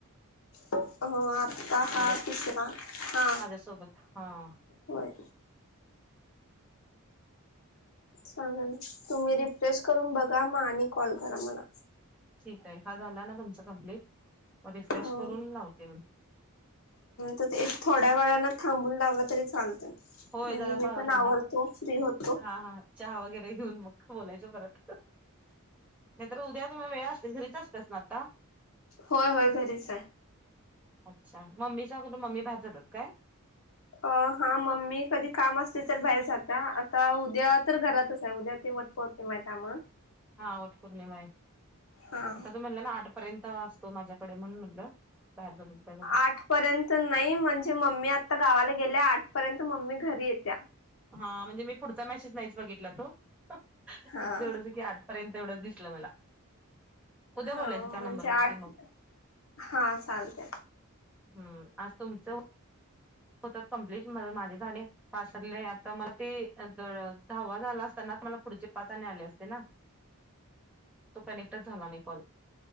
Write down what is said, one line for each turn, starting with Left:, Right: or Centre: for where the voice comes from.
Left: हो, आत्ता हा
Centre: माझ्या
Left: तिसरा,, हा,
Centre: माझ्यासोबत हा,
Left: होय,, चांगल तुम्ही रिफ्वेश करून बघा मग आणि कॉल करा मला
Centre: ठीक आहे हा झाला ना तुमच कं्प्लीट मग रिफ्रेश
Left: हो
Centre: करून लावतील
Left: ते एक थोड्या वेळाना थांबून लावलं तरी चालतं
Centre: होय
Left: म्हणजे
Centre: जरा
Left: मी
Centre: बा
Left: पण
Centre: ह्यांना
Left: आवरतो फ्री होतो
Centre: हा हा, चहा वगैरे घेऊन,, मग बोलायचं परत. नाही तर उद्या तुम वेळ असतय, घरीच असतेस ना आता.
Left: होय होय, घरीच आहे.
Centre: अच्छा,, मम्मी, सग त मम्मी कुठ भायर जातात काय?
Left: अ हा मम्मी कधी काम असली तर बाहेर जात्या,, आता उद्या तर घरातच आहे, उद्या ते वटपोऽ ते मा आय त्यामुळ
Centre: हा वठ पौर्णिमा आहे
Left: हा
Centre: आता तू म्हला ना आठ र्यंत असतो माझ्याकडे म्हणून म्हट बाहेर काय कुठं
Left: आठ पर्यंत नाही म्हणजे मम्मी आता गावाला गेल्या आठ पर्यंत मम्मी घरी येत्या
Centre: हा म्हणजे मी पुढचा मेसेज नाहीच बघितला तो एवढं
Left: हा
Centre: ज की आ र्यंत एवढं दिसलं मला उद्या
Left: हा
Centre: बोलायचं त्या
Left: म्हणजे
Centre: नंबरवरती
Left: आठ
Centre: मग
Left: हा चालते
Centre: हम् आज तुमचं होत कंप्लीट माझे झाले पास झाले आता मला ते तर धावा झाला असताना मला पुढचे पाचने आले असते ना. तो कनेक्टच झाला नाही कॉल